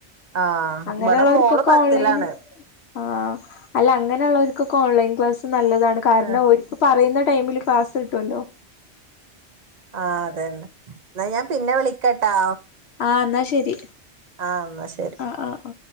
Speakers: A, on the right (about 40°); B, on the left (about 70°).
A: ആഹ്
B: അങ്ങനെയുള്ളൂർക്കൊക്കെ
A: ഇവിടെ മോള് പത്തിലാണ്
B: ഓൺലൈന് ആഹ് അല്ല അങ്ങനെയുള്ളോര്ക്കൊക്കെ ഓൺലൈൻ ക്ലാസ്സ് നല്ലതാണ് കാരണം
A: ആഹ്
B: ഓര്ക്ക് പറയുന്ന ടൈമില് കാസ് കിട്ടോല്ലോ
A: ആ അതന്നെ ന്നാ ഞാൻ പിന്നെ വിളിക്കട്ടാ
B: ആഹ് ന്നാ ശരി
A: ആ ന്നാ ശരി
B: ആഹ് ആഹ്